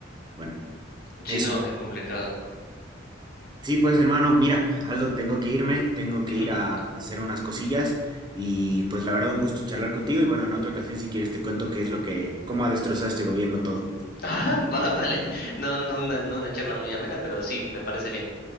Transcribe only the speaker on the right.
bueno,
eso.
Sí, pues hermano, mira, Aldo, tengo que irme, tengo que
ir
a, a hacer unas cosillas y pues la verdad un gusto charlar contigo y bueno, en otra ocasión si quieres te cuento qué es lo que, cómo ha destrozado este gobierno todo.